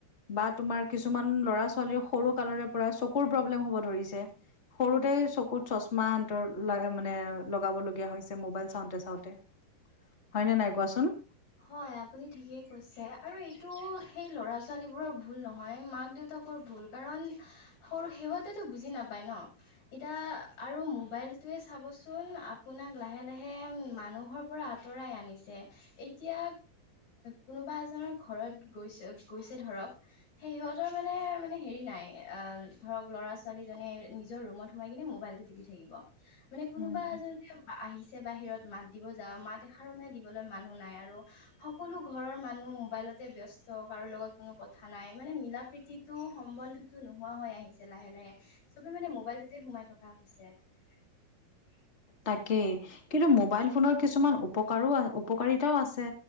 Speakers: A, on the left; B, on the left.
A: বা তোমাৰ কিছুমান ল'ৰা ছোৱালী সৰু কালৰে পৰা চকুৰ প্ৰব্লেম হ'ব ধৰিছে সৰুতে চকুত চচমা- মানে লগাব লগীয়া হৈছে মবাইল চাওঁতে চাওঁতে হয়নে নাই কোৱাচোন।
B: হয় আপুনি ঠিকেই কৈছে আৰু এইটো সেই ল'ৰা ছোৱালী বোৰৰ ভুল নহয় মাক দেউতা কৃষৰ ভূল কাৰণ সৰু সিহঁতেটো বুজি নাপায় ন। সেইটোৱে চাবচোন আপোনাক লাহে লাহে মানুহৰ পৰা আঁতৰাই আনিছে। এতিয়া কোনোবা এজনৰ ঘৰত গৈছে গৈছে ধৰক সেই সিহঁতৰ মানে- মানে হেৰি নাই ধৰক ল'ৰা ছোৱালী জনে নিজৰ ৰুমত সোমাই কিনে মোবাইলটো টিপি থাকিব। মানে কোনোবা
A: উম
B: এজনে আহিছে বাহিৰত মাত দিব যাওঁ মাত এষাৰো মানে দিবলৈ মানুহ নাই আৰু- সকলো ঘৰৰ মানুহ মোবাইলতে ব্যস্ত কাৰো লগত কোনো কথা নাই মানে মিলা প্ৰীতি- টো সম্বন্ধতো নোহোৱা হৈ আহিছে লাহে লাহে চবে মানে মোবাইলটোতে সোমাই থকা হৈছে। <unintelligible>
A: তাকেই কিন্তু মোবাইল ফোনৰ কিছুমান উপকাৰো উপকাৰী- তাও আছে